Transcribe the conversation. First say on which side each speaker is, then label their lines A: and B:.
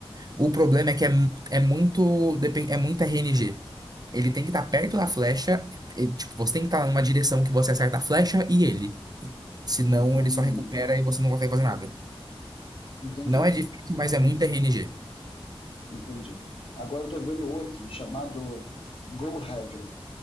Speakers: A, on the right; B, on the left.
A: O problema é que é, mu- é muito, depen- é muito RNG. Ele tem que estar perto da flecha. e, tipo, você tem que estar numa direção que você acerta a flecha e ele. Senão
B: hum, hum,
A: ele só recupera
B: hum.
A: e você não consegue fazer nada.
B: entendi,
A: Não é difícil, mas é muito RNG.
B: entendi. Agora eu tô vendo outro chamado Go Hevel,